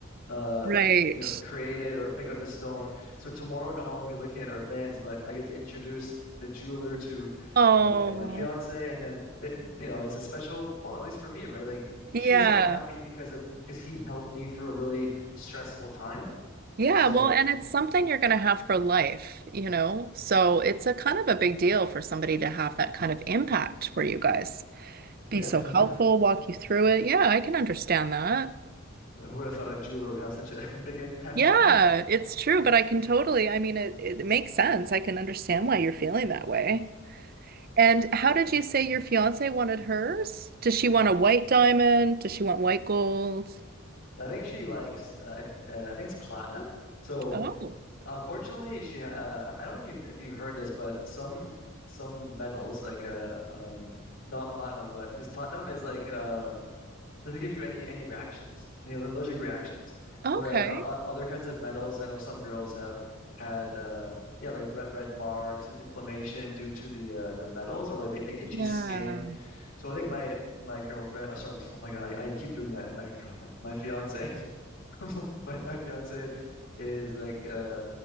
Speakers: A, on the left; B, on the right.
A: uh
B: right
A: you know create it or pick up the stone. So tomorrow not only are we looking at our bands, but I get to introduce the jeweler to
B: oh
A: my my fiance and then th- you know it's a special bond at least for me right like she's
B: yeah
A: so happy because of because he helped me through a really stressful time
B: Yeah,
A: so
B: well, and it's something you're going to have for life, you know? So it's a kind of a big deal for somebody to have that kind of impact for you guys. Be
A: yeah
B: so
A: <laughs>
B: helpful, walk you through it. Yeah, I can understand that.
A: who would have thought a jeweler would have such a <laughs> big impact
B: Yeah, it's true, but I can totally, I mean, it, it makes sense. I can understand why you're feeling that way. And how did you say your fiance wanted hers? Does she want a white diamond? Does she want white gold?
A: I think she likes uh, it's, uh, I think it's platinum. So
B: Oh,
A: unfortunately, she uh, I don't know if you if you've heard this, but some some metals like uh um not platinum, but because platinum is like um doesn't give you any any reactions, any allergic reactions.
B: okay.
A: Whereas uh, uh, other kinds of metals, I know some girls have had uh yeah like red red marks and inflammation due to the uh the metals or like the itchy
B: Yeah.
A: skin. So I think my my girlfriend, or sorry, <laughs> oh my God, I, I keep doing that. My girlfriend, my fiance. <laughs> my my fiance is like uh